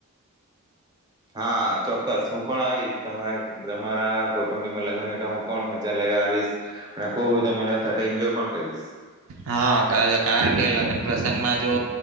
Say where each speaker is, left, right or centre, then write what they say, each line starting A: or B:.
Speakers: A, on the right (about 20°); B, on the right (about 65°).
A: હા ચોક્કસ, હું પણ આવીશ તમાર તમારા કુટુંબી લગન હોય તો હું પણ મજા લેવા આવીશ, અને ખુબ તમારા સાથે એન્જોય પણ કરીશ.
B: હા કા કારણ કે લગન પ્રસંગમાં જો